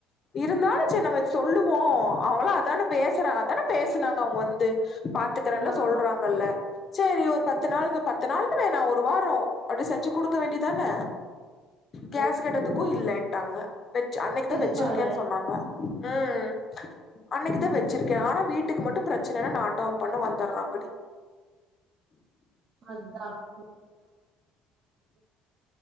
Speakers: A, on the left (about 40°); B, on the right (about 50°).
A: இருந்தாலு சேர் நம்ம சொல்லு போ அவுங்களு அதான பேசுறா அதான பேசுனாங்க அவுங்க வந்து பாத்துக்குறன்ல
B: ஆமா
A: சொல்றாங்கல்ல சேரி ஒரு பத்து நாள் த பத் வேணா ஒரு வாரோ அவ்டி செஞ்சு குடு வேண்டிதான கேஸ்
B: ஓ,
A: கேட்டதுக்கு இல் இல்லேன்ட்டாங்க வெச் அன்னக்தா
B: இது
A: வெச்சிருக்கேன்
B: பாரே
A: சொன்னாங்க ம் அன்னக்குதா வெ சிருக்கே ஆனா வீட்டுக்கு மட்டு ப்ரச்சனன்னா நாட்டவு பண்ண வந்தற்றாங்கடி
B: அத்தா <inaudible>